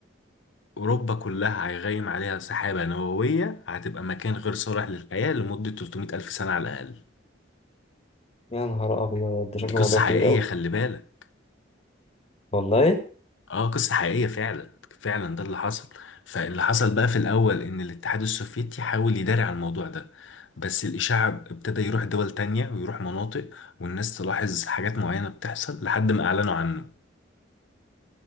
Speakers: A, on the left; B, on the left.
A: اوروبا كلها هيغيم عليها سحابه نوويه هتبقى مكان غير صالح للحياه لمده 300 الف سنه على الاقل
B: يا نهار أبيض ده
A: دي
B: شكله
A: قصه
B: موضوع كبير
A: حقيقيه
B: أوي
A: خلي بالك
B: والله
A: اه قصة حقيقية فعلا فعلا ده اللي حصل فاللي حصل بقى في الأول إن الاتحاد السوفيتي حاول يداري على الموضوع ده بس الإشاعة ابتدى يروح دول تانية ويروح مناطق والناس تلاحظ حاجات معينة بتحصل لحد ما أعلنوا عنه